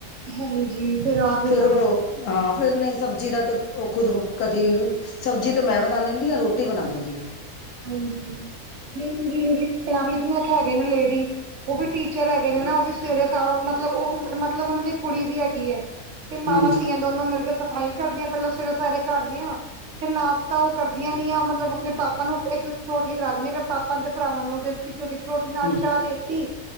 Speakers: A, on the right; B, on the left.
A: ਹਾਂਜੀ ਫਿਰ ਆ ਕੇ
B: ਫ਼ਿਰ
A: ਕਰੋ
B: ਉਹ ਹਾਂ ਫ਼ਿਰ ਨਹੀਂ ਸਬਜ਼ੀ ਦਾ ਤੇ ਉਹ ਖੁਦ ਕਦੀ ਸਬਜ਼ੀ ਤੇ ਮੈਂ ਬਣਾ ਲੈਂਦੀ ਆ, ਰੋਟੀ ਬਣਾ ਦੇਂਦੀ ਆ।
A: ਹਾਂਜੀ ਨਹੀਂ ਦੀਦੀ ਜਿਹੜੇ ਕਲਾਮੜੀ ਚ ਨੀ ਇੱਕ ਹੈਗੇ ਨੇ ਲੇਡੀ। ਉਹ ਵੀ ਟੀਚਰ ਹੈਗੇ ਨੇ ਨਾ, ਉਹ ਵੀ ਸਵੇਰੇ ਸਾ ਮਤਲਬ ਉਹ ਮਤਲਬ ਉਹਨਾਂ ਦੀ ਕੁੜੀ ਵੀ ਹੈਗੀ ਐ। ਤੇ ਮਾਵਾਂ-ਧੀਆਂ
B: ਹਾਂਜੀ
A: ਦੋਨੋ ਮਿਲ ਕੇ ਸਫ਼ਾਈ ਕਰਦੀਆਂ ਪਹਿਲਾਂ ਸਵੇਰੇ-ਸਵੇਰੇ ਘਰ ਦੀਆਂ ਤੇ ਨਾਸ਼ਤਾ ਉਹ ਕਰਦੀਆਂ ਨੀ ਆ ਮਤਲਬ ਆਪਣੇ ਪਾਪਾ ਨੂੰ ਇੱਕ ਪਰੌਠੀ ਫੜਾ ਦੇਂਦੀ ਆ ਆਪਣੇ ਪਾਪਾ ਤੇ ਭਰਾਵਾਂ ਨੂੰ ਦੇਸੀ ਘਿਉ ਦੀ ਪਰੌਠੀ ਨਾਲ
B: ਹਮ
A: ਚਾਹ ਦੇਤੀ